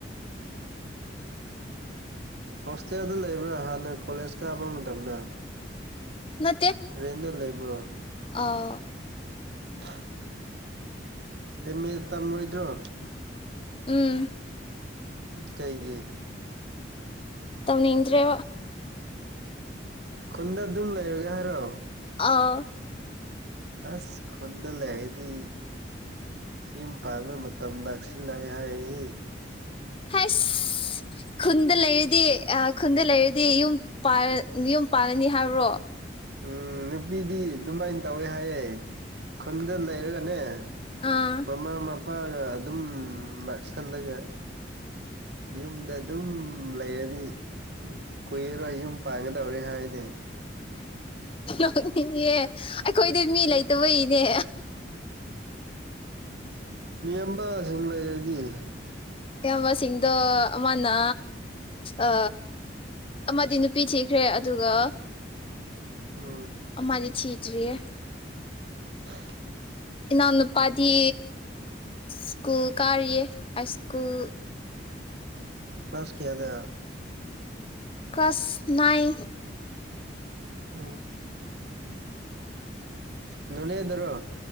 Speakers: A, on the right (about 60°); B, on the left (about 30°).
A: ꯍꯣꯁꯇꯦꯜꯗ ꯂꯩꯕ꯭ꯔꯥ ꯍꯥꯟꯅ ꯀꯣꯂꯦꯖ ꯀꯥꯞꯕ ꯃꯇꯝꯗ
B: ꯅ
A: ꯔꯦꯟꯗ ꯂꯩꯕ꯭ꯔꯣ
B: ꯑꯥ
A: <unintelligible> ꯑꯦꯝ ꯑꯦ ꯇꯝꯔꯣꯏꯗ꯭ꯔꯣ
B: ꯎꯝ
A: ꯀꯩꯒꯤ
B: ꯇꯧꯅꯤ ꯏꯗ꯭ꯔꯦ
A: ꯈꯨꯟꯗ ꯑꯗꯨꯝ ꯂꯩꯔꯒ ꯍꯥꯏꯔꯣ
B: ꯑꯥ
A: ꯑꯁ ꯈꯨꯟꯗ ꯂꯩꯒꯗꯤ ꯌꯨꯝ ꯄꯥꯟꯕ ꯃꯇꯝ ꯅꯥꯛꯁꯤꯜꯂꯛꯏ ꯍꯥꯏꯏ
B: ꯍꯁ ꯈꯨꯟꯗ ꯂꯩ ꯂꯩꯔꯗꯤ ꯑ ꯈꯨꯟꯗ ꯂ ꯏꯔꯗꯤ ꯑꯗꯨ ꯌꯨꯝ ꯌꯨꯝ ꯄꯥꯜꯂꯅꯤ ꯍꯥꯏꯕ꯭ꯔꯣ
A: ꯎꯝ ꯅꯨꯄꯤꯗꯤ ꯑꯗꯨꯃꯥꯏꯅ ꯇꯧꯋꯦ ꯍꯥꯏꯌꯦ ꯈꯨꯟꯗ ꯂꯩꯔꯒꯅꯦ
B: ꯑꯥ
A: ꯃꯃꯥ ꯃꯄꯥꯒ ꯑꯗꯨꯝ ꯅꯥꯛꯁꯜꯂꯒ ꯌꯨꯝꯗ ꯑꯗꯨꯝ ꯂꯩꯔꯗꯤ ꯀꯨꯏꯔꯣꯏ ꯌꯨꯝ ꯄꯥꯡꯒꯗꯧꯔꯦ ꯍꯥꯏꯅꯦ
B: ꯅꯣꯛꯅꯤꯡꯉꯦ ꯑꯩꯈꯣꯏꯗꯤ ꯃꯤ ꯂꯩꯇꯕ ꯏꯅꯦ
A: ꯃꯤ ꯑꯝꯕꯁꯤꯡ ꯂꯩꯔꯗꯤ
B: ꯑꯌꯥꯝꯕꯁꯤꯡꯗꯣ ꯑꯃꯅ ꯑ ꯑꯃꯗꯤ ꯅꯨꯄꯤ ꯊꯤꯈ꯭ꯔꯦ ꯑꯗꯨꯒ
A: <unintelligible> ꯎꯝ
B: ꯑꯃꯗꯤ ꯊꯤꯗ꯭ꯔꯤꯌꯦ
A: ꯍ
B: ꯏꯅꯥꯎꯅꯨꯄꯥꯗꯤ ꯁ꯭ꯀꯨꯜ ꯀꯥꯔꯤꯌꯦ ꯍꯥꯢꯁ꯭ꯀꯨꯜ
A: ꯀ꯭ꯂꯥꯁꯀꯤꯌꯥꯗ
B: ꯀ꯭ꯂꯥꯁ ꯅꯥꯏ
A: ꯑ ꯅꯣꯅꯦꯗꯔꯣ